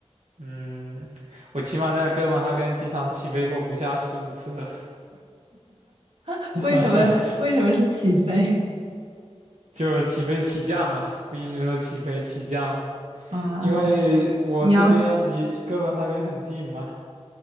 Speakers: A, on the right; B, on the right.
A: 嗯，我起码在哥本哈根机场起飞过不下十五次了，
B: <laughs>
A: <laughs>
B: 为什么为什么是起飞
A: 就是起飞起降吧，不一定说起飞起降，
B: 啊？
A: 因为我这边离哥本哈根很近嘛。
B: 你要